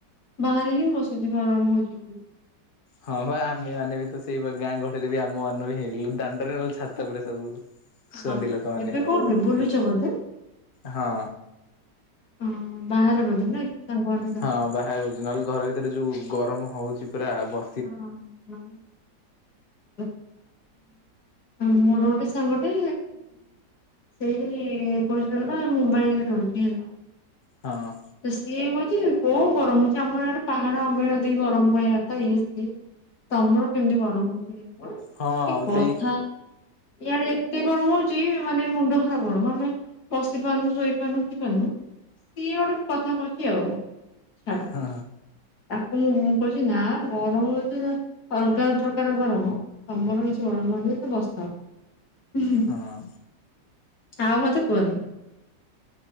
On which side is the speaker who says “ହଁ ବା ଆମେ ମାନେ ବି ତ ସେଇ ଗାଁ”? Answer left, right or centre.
Left